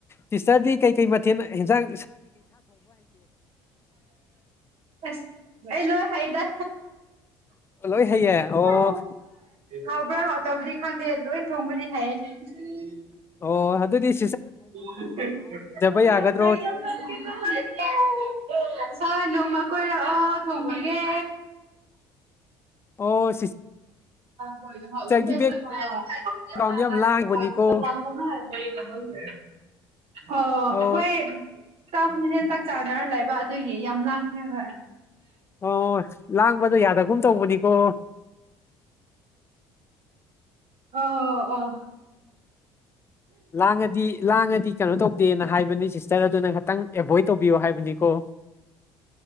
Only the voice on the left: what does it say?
ꯁꯤꯁꯇꯔꯗꯤ ꯀꯩꯀꯩ ꯃꯊꯦꯜ ꯍꯦꯟꯖꯥꯡ
ꯂꯣꯏ ꯍꯩꯌꯦ ꯑꯣ
ꯑꯣ ꯗꯨꯗꯤ
ꯌꯥꯒꯗ꯭ꯔꯣ
ꯑꯣ
ꯁꯤꯁꯇꯔꯒꯤ ꯕꯦꯛꯒ꯭ꯔꯥꯎꯟ ꯌꯥꯝ ꯂꯥꯡꯕꯅꯤꯀꯣ
ꯑꯧ
ꯑꯣ ꯂꯥꯡꯕꯗꯣ ꯌꯥꯗꯒꯨꯝ ꯇꯧꯕꯅꯤꯀꯣ
ꯂꯥꯡꯉꯥꯗꯤ ꯂꯥꯡꯉꯥꯗꯤ ꯀꯩꯅꯣ ꯇꯧꯗꯦꯅ ꯍꯥꯏꯕꯅꯤ ꯁꯤꯁꯇꯔ ꯑꯗꯨꯅ ꯈꯤꯇꯪ ꯑꯦꯚꯣꯏꯠ ꯇꯧꯕꯤꯌꯣ ꯍꯥꯏꯕꯅꯤꯀꯣ